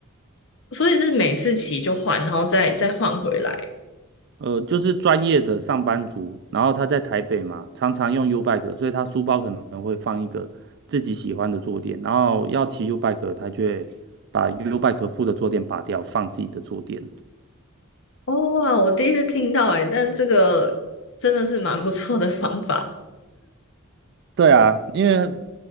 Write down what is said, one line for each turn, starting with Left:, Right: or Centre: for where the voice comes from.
Left: 所以是每次骑就换，然后再再换回来。
Right: 呃，就是专业的上班族，然后他在台北嘛，常常用 U bike，所以他书包可能会放一个自己喜欢的坐垫，然后要骑 U bike，他就会把 U bike 附的坐垫拔掉，放自己的坐垫。
Left: 哦哇，我第一次听到诶、但这个真的是蛮不错的方法。
Right: 对啊，因为